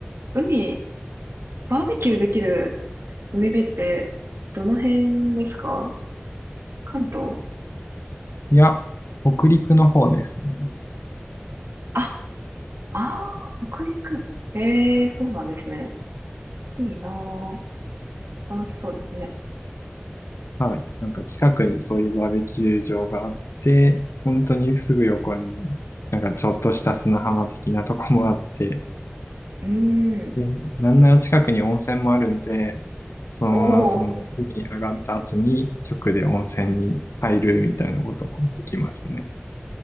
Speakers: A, on the right (about 70°); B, on the left (about 85°).
A: 海、バーベキューできる海辺って、どの辺ですか関東
B: いや、北陸の方ですね。
A: あ、ああ、北陸。ええ、そうなんですね。いいなー楽しそうですね。
B: はい。なんか近くにそういうバーベキュー場があって、本当にすぐ横に、なんかちょっとした砂浜的なとこもあって、
A: うーん。
B: でなんなら近くに温泉もあるんで、そのままその海上がった後に直で温泉に入るみたいなこともできますね。
A: おお、